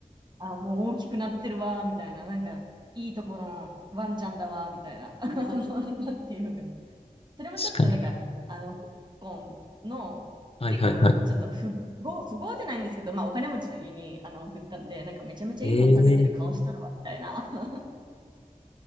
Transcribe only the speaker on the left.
確かに。
はいはいは
い。えー、